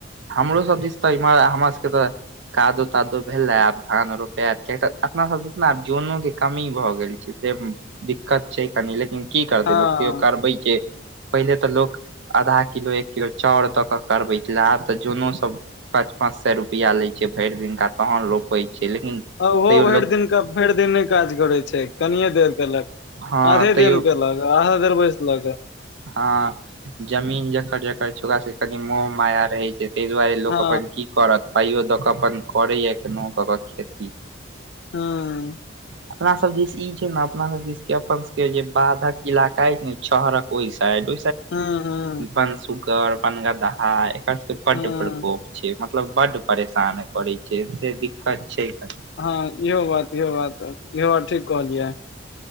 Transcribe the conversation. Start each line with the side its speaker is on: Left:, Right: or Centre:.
Right: हमरो सब दिस तऽ हमरा सबके तऽ कादो तादो भेलै आब धान रोपायत अपना सब जे ने आब जनो के कमी भऽ गेल छै से दिक्कत छै कनि लेकिन की करतै
Left: हँ
Right: लोक तो करबै छै पहिले तऽ लोक आधा किलो एक किलो चाउर दऽ कऽ करबै छल आब तऽ जोनो सभ पाँच पाँच सए रुपआ ले छै भरि दिनका तहन रोपे छै लेकिन
Left: आ ओहो
Right: तैयो
Left: भरि
Right: लोक
Left: दिन भरि दिन नहि काज करैत छै कनिये देर केलक
Right: हँ
Left: आधे
Right: तैयो
Left: दिन केलक आधा देर बैसल कऽ
Right: हँ जमीन जकर जकर छो सब कनि मोह माया रहे छै ताहि दुआरे लोक
Left: हँ
Right: अपन की करत पाइयो दऽ कऽ अपन करैया केना कऽ केऽ खेती
Left: हँ
Right: अपना सब दिस ई छै न अपना सबदिस अपन सब के जे बाधक इलाका ने छहरक ओहि साइड
Left: हँ हँ
Right: बन सुुगर बन गदहा एक पड्ड
Left: हँ
Right: प्रकोप छै मतलब बड्ड परेशान करैत छै से दिक्कत छै कनि
Left: हँ इहो बात इहो बात इहो बात ठीक कहलियै